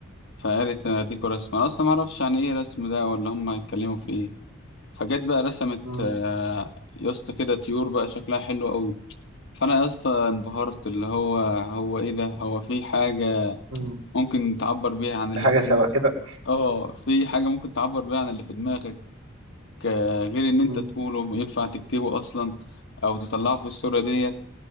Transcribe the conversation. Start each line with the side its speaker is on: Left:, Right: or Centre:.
Left: فقالت اديكوا رسم انا اصلا ما اعرفش يعني ايه رسم ده ولا هم هيتكلموا في ايه فجت بقى رسمت
Right: مم.
Left: آه، يا اسطى كده طيور بقى شكلها حلو قوي فانا يا اسطى انبهرت اللي هو هو ايه ده هو في حاجه
Right: مم.
Left: ممكن تعبر بيها عن اللي
Right: حاجة
Left: في دماغك
Right: شبه كده
Left: اه في حاجه ممكن تعبر بيها عن اللي في دماغك آه، غير ان
Right: مم.
Left: انت تقوله ينفع تكتبه اصلا او تطلعه في الصوره ديت